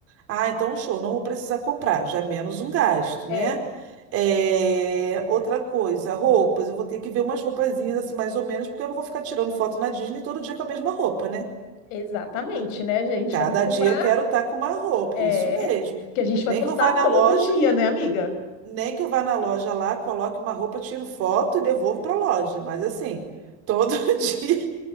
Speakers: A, on the right; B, on the left.
A: Ah, então show, não vou precisar comprar, já é menos um gasto, né?
B: É,
A: É, outra coisa, roupas, eu vou ter que ver umas roupazinhas assim, mais ou menos, porque eu não vou ficar tirando foto na Disney todo dia com a mesma roupa, né?
B: Exatamente, né? A gente
A: Cada
B: vai ter que comprar,
A: dia eu quero estar com uma roupa,
B: é,
A: isso mesmo.
B: que a gente vai
A: Nem
B: postar
A: que eu vá na
B: todo
A: loja
B: dia, né, amiga?
A: nem que eu vá na loja lá, coloque uma roupa, tiro foto e devolvo para a loja. Mas assim, todo <laughs> dia,